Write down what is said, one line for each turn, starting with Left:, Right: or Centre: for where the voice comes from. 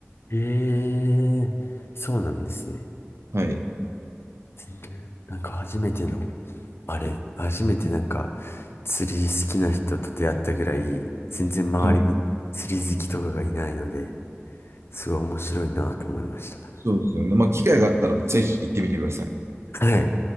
Left: ええそうなんですね。
Right: はい。
Left: 全然なんか初めての、あれ、初めてなんか釣り好きな人と出会ったぐらい、全然周りに釣り好きとかがいないので、
Right: はい。
Left: すごい面白いなと思いました。
Right: そうですよね。まあ、機会があったらぜひ行ってみてください。
Left: はい。